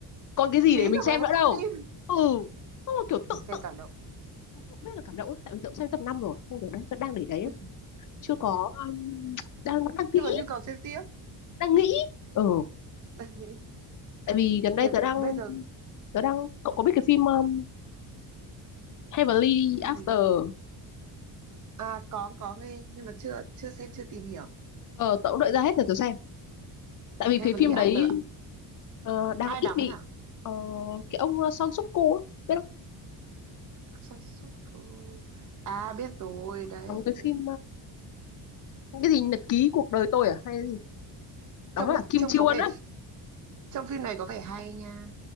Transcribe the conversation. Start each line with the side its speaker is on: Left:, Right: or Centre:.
Left: Còn cái gì
Right: phí
Left: để mình
Right: cả
Left: xem
Right: một bộ
Left: nữa đâu.
Right: phim
Left: Ừ. Xong rồi kiểu
Right: mình
Left: tự
Right: xem
Left: tự
Right: cảm động
Left: tôi cũng biết là cảm động ấy, tại vì tôi cũng xem tập 5 rồi. Không được đấy, vẫn đang để đấy. ấy.
Right: <laughs>
Left: Chưa có um, đang đang
Right: chứ
Left: nghĩ,
Right: còn nhu cầu xem tiếp
Left: đang nghĩ. Ừ,
Right: <laughs> đang nghĩ
Left: tại vì gần đây
Right: thế
Left: tớ đang
Right: bây giờ
Left: tớ đang cậu có biết cái phim um, Heavenly
Right: phim
Left: After
Right: gì à có có nghe nhưng mà chưa chưa xem chưa tìm hiểu
Left: ờ tớ cũng đợi ra hết rồi tớ xem tại vì
Right: Heavenly
Left: cái phim đấy
Right: After
Left: ờ, đang
Right: ai
Left: ít
Right: đóng
Left: bị
Right: nhỉ
Left: ờ, cái ông ờ, Son Suk Ku á, biết không
Right: Sansuku à biết rồi đấy
Left: đóng cái
Right: Tớ-
Left: phim ờ, cái gì nhật ký cuộc đời tôi à hay gì
Right: trông
Left: đóng là Kim
Right: trông
Left: Chiêu
Right: có
Left: Won
Right: vẻ
Left: á
Right: trong phim này có vẻ hay nha